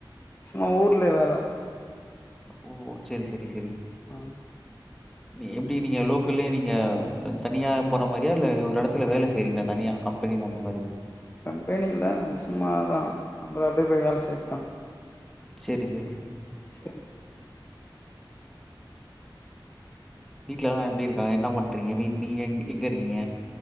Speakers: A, on the left (about 25°); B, in the centre.
A: சும்மா ஊர்ல வேல
B: ஓ செரி செரி செரி
A: ஹ
B: நீ எப்டி நீங்க லோக்கல்லே நீங்க தனியா போற மாரியா இல்ல ஒரு இடத்து த்துல வேல செய்றிங்லா தனியா கம்பெனி அந்த மாரி
A: கம்பெனில சும்மாதா நம்லா அப்டியே போய் வேல செய்றது தா
B: சேரி சேரி சரி
A: சரி
B: வீட்லலா எப்டி இருக்காங்க என்ன பண்றீங்க நீ நீங்க எங்க இருக்கீங்க